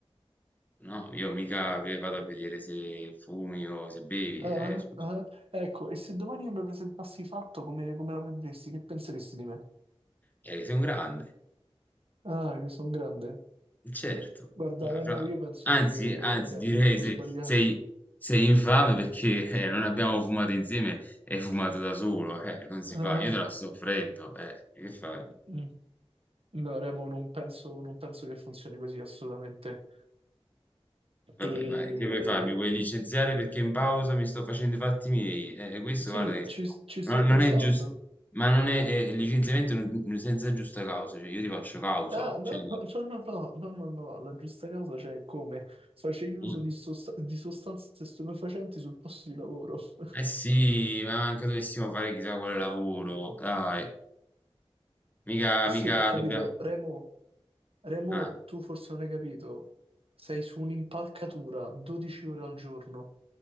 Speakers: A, on the left; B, on the right.
A: No, io mica ve- vado a vedere se fumi o se bevi,
B: Ah,
A: eh, scusa,
B: ah. ah. Ecco, e se domani io mi presentassi fatto, come, come la prenderesti? Che penseresti di me?
A: eh, sei un grande,
B: Ah, che sono grande.
A: certo.
B: Guarda,
A: Ah,
B: Remo,
A: fra-
B: io penso
A: Anzi,
B: che
A: anzi,
B: abbiamo
A: direi
B: proprio
A: se
B: sbagliato.
A: sei, sei infame perché eh, non abbiamo fumato insieme e hai fumato da solo, eh, non si
B: Ah,
A: fa, io te la sto offrendo, eh, che fai?
B: mm. No, Remo, non penso, non penso che funzioni così assolutamente.
A: Vabbè,
B: E
A: ma che vuoi fare? Mi vuoi licenziare perché in pausa mi sto facendo i fatti miei? Eh, questo,
B: sì,
A: guarda, che
B: ci, ci sto
A: no- non
B: pensando.
A: è giusto, ma non è, eh, il licenziamento non- senza giusta causa, cioè io ti faccio causa,
B: Ah, no,
A: cioè,
B: no, no, no, no, no, no, no, no, la giusta causa c'è come facevi uso
A: eh.
B: di, sosta- di sostanze stupefacenti sul posto di lavoro. <laughs>
A: Eh sì, ma anche dovessimo fare chissà quale lavoro, dai, mica,
B: Sì,
A: mica
B: ho capito,
A: dobbiamo...
B: Remo. Remo,
A: Ah,
B: tu forse non hai capito, sei su un'impalcatura 12 ore al giorno,